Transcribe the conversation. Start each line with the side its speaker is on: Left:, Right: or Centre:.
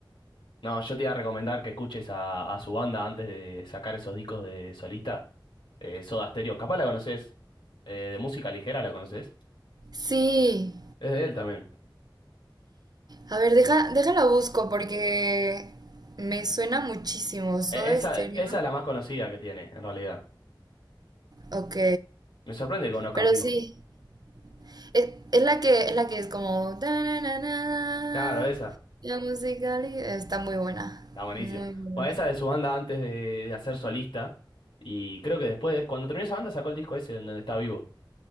Left: No, yo te iba a recomendar que escuches a, a su banda antes de sacar esos discos de solista, eh, Soda Stereo, capaz la conoces, de música ligera la conoces,
Right: Sí,
Left: es de él también.
Right: A ver, deja, déjala busco porque me suena muchísimo. Soda
Left: E- Esa,
Right: Stereo.
Left: esa es la más conocida que tiene, en realidad.
Right: Ok.
Left: Me sorprende que conozcas
Right: Pero
Left: Vivo.
Right: sí. Es, es la que es la que es como. "Ta-na-na-na",
Left: Claro, esa.
Right: La musical está muy buena.
Left: Está buenísima.
Right: Muy buena.
Left: Bueno, esa de su banda antes de, de hacer solista. Y creo que después, cuando terminó esa banda, sacó el disco ese donde está Vivo,